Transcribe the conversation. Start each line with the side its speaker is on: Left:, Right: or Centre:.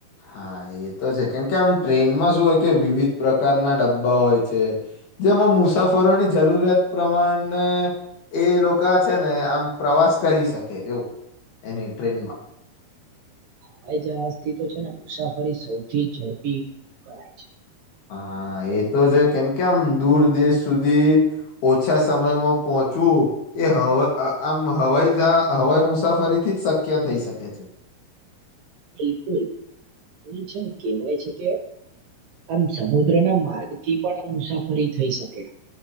Left: હા એ તો છે કેમ કે આમ ટ્રેનમાં શું હોય કે વિવિધ પ્રકારના ડબ્બા હોય છે. જેમાં મુસાફરોની જરૂરિયાત પ્રમાણે એ લોકો છે ને આમ પ્રવા શ કરી શકે એવું એની ટ્રેનમાં.
Right: હવે જ આસ્થી તો છે ને મુસાફરી સૌથી ઝડપી ગણાય છે.
Left: હા એતો છે કેમ કે આમ દૂર દેશ સુધી ઓછા સમયમાં પોહ ચવુ એ હવ આમ હવાઈ હવાઈ મુસાફરી થી જ શક્ય થઈ શકે છે.
Right: બિલકુલ અને છે ને કેહેવાય છે કે. આમ સમુદ્રના માર્ગથી પણ આમ મુસાફરી થઈ શકે.